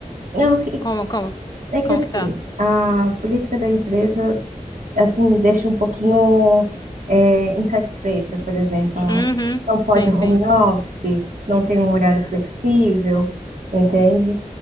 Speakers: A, on the right; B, on the left.
A: É, o que,
B: como, como,
A: é que
B: como
A: assim,
B: que tá?
A: a política da empresa assim, me deixa um pouquinho é, insatisfeita, por exemplo. Ah,
B: Uhum,
A: Não pode
B: sim,
A: home
B: sim.
A: office, não tem um horário flexível, entende?